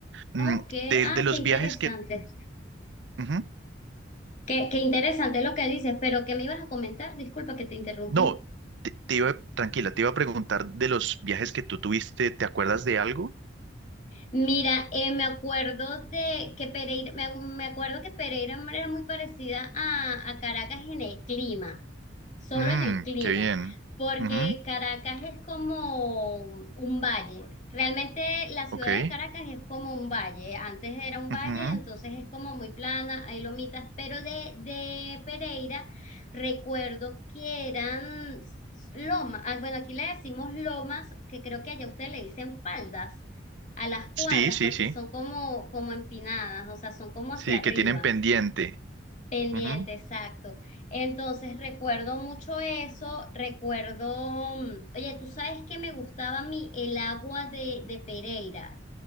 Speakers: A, on the right (about 70°); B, on the left (about 40°).
A: Mm,
B: Ok,
A: de,
B: ah,
A: de los
B: qué interesante.
A: viajes que... ujú.
B: Qué, qué interesante lo que dices, pero ¿qué me ibas a comentar? Disculpa que te interrumpí.
A: No, te, te iba, tranquila, te iba a preguntar de los viajes que tú tuviste, ¿te acuerdas de algo?
B: Mira, eh, me acuerdo de que Pereira, me, me acuerdo que Pereira era muy parecida a, a Caracas en el clima. solo
A: Mm,
B: en el clima,
A: qué bien.
B: porque
A: Ujú,
B: Caracas es como un valle. Realmente la ciudad
A: ok.
B: de Caracas es como un valle. Antes era un valle,
A: ujú.
B: entonces es como muy plana, hay lomitas, pero de, de Pereira recuerdo que eran lomas. Ah, bueno, aquí le decimos lomas, que creo que allá ustedes le dicen faldas a las cuadras
A: Sí, sí,
B: porque
A: sí.
B: son como, como empinadas, o sea, son como hacia
A: Sí,
B: arriba.
A: que tienen pendiente.
B: Pendiente,
A: Ujú.
B: exacto. Entonces recuerdo mucho eso, recuerdo, mm, oye, tú sabes que me gustaba a mí el agua de, de Pereira.